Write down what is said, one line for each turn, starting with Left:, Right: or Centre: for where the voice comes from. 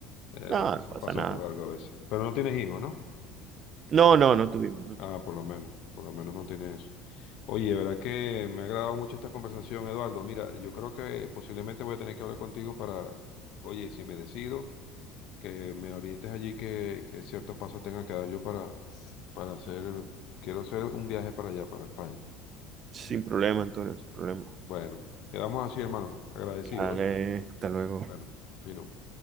Left: Eh,
Right: No,
Left: las cosas
Right: no pasa
Left: pasan
Right: nada.
Left: por algo a veces. Pero no tienes hijos, ¿no?
Right: No, no, no tuvimos, no tuvimos.
Left: Ah, por lo menos, por lo menos no tienes eso. Oye, de verdad que me ha agradado mucho esta conversación, Eduardo. Mira, yo creo que posiblemente voy a tener que hablar contigo para, oye, si me decido, que me orientes allí, que, que ciertos pasos tenga que dar yo para, para hacer, quiero hacer un viaje para allá, para España.
Right: Sin problema, Antonio, sin problema.
Left: Bueno, quedamos así, hermano. Agradecido,
Right: Dale,
Left: ¿oíste?
Right: hasta luego.
Left: Bueno, fino.